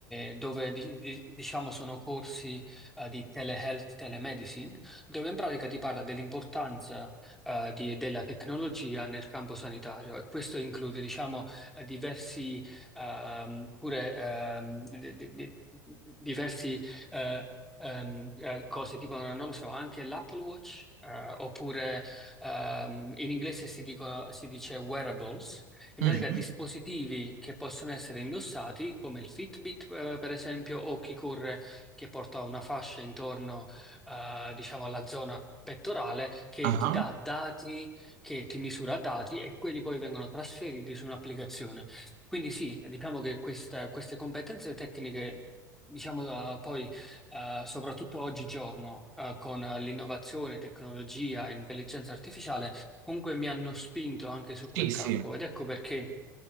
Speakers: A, in the centre; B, on the right.
A: è- dove di- di- diciamo sono corsi, eh, di telehealth, telemedicine, dove in pratica ti parla dell'importanza, eh, di- della tecnologia nel campo sanitario e questo include, diciamo, eh, diversi ehm, pure ehm, di- di- di- diversi eh, ehm, eh, cose, tipo, non lo so, anche l'Apple Watch, eh, oppure ehm, in inglese si dico- si dice wearables, in
B: Mhm.
A: pratica dispositivi che possono essere indossati, come il Fitbit, eh, per esempio, o chi corre che porta una fascia intorno, eh, diciamo, alla zona pettorale che
B: Ah,
A: ti dà dati, che ti misura dati e quelli poi vengono trasferiti su un'applicazione. Quindi sì, diciamo che questa- queste competenze tecniche, diciamo eh, poi eh, soprattutto oggigiorno eh, con eh, l'innovazione, tecnologia e intelligenza artificiale, comunque mi hanno spinto anche su quel
B: Sì,
A: campo
B: sì.
A: ed ecco perché